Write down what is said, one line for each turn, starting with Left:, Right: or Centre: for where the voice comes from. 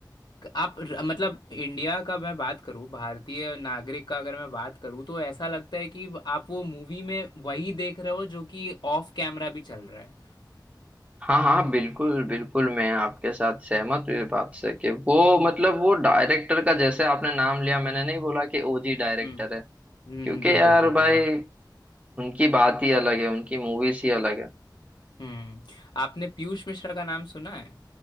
Left: आप मतलब इंडिया का मैं बात करूं भारतीय नागरिक का अगर मैं बात करूं तो ऐसा लगता है कि आप वो मूवी में वही देख रहे हो जो कि ऑफ कैमरा भी चल रहा है
Right: हाँ हाँ बिल्कुल बिल्कुल मैं आपके साथ सहमत हुई बात से कि वो मतलब वो डायरेक्टर का जैसे आपने नाम लिया मैंने नहीं बोला कि ओजी डायरेक्टर
Left: हम्म
Right: है
Left: हम्म
Right: क्योंकि
Left: बिल्कुल
Right: यार
Left: बिल्कुल
Right: भाई
Left: हाँ
Right: उनकी बात ही अलग है उनकी मूवीज ही अलग है
Left: हम्म आपने पीयूष मिश्रा का नाम सुना है